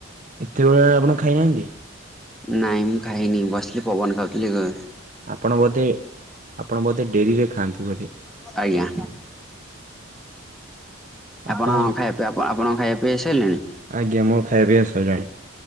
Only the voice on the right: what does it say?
ଏତେ ବେଳ ହେଳା ଆପଣ ଖାଇନାହାନ୍ତି?
ଆପଣ ବୋଧେ ଆପଣ ବୋଧେ ଡେରିରେ ଖାଆନ୍ତି ବୋଧେ?
ଆଉ
କଣ
ଆଜ୍ଞା ମୋର ଖାଇବା ପିବା ଆସିଲାଣି।